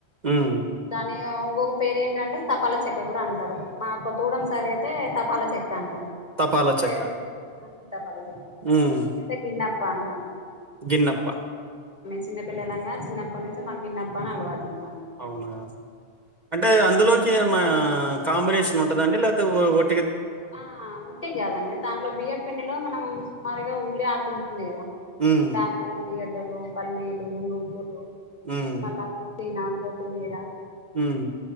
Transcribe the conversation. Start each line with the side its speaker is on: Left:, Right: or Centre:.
Right: ఉమ్
Left: దాని ఇంకొక పేరు ఏంటంటే తపాల చెక్క కూడా అంటారు మా కొ తూడం సరి అయితే తపాల చెక్క అంటారు
Right: తపాలా చెక్క
Left: సర తప్పలోజీత
Right: ఉమ్
Left: అయితే గిన్నప్ప అంటాం
Right: గిన్నప్ప
Left: చిన్న పపిల్లలంగా చిన్నప్ప నుంచి మగ్గిన్నప్ప అని అలవాటు అనమాట
Right: అవునా అంటే అందులోకి కాంబినేషన్ ఉంటుందండి లేకపోతే ఓట్
Left: ఆ ఉంటిటి కాదండి దాంట్లో బియ్య పిండిలో మనం సుమారుగా ఉల్లి ఆకుంటుంది కదా
Right: ఉమ్
Left: నాకు ఉల్లిగడ్డలు పల్లీలు నువ్వులు
Right: ఉమ్
Left: మళ్ళా కూడ నాకు కొత్తి మీరా
Right: హ్మ్మ్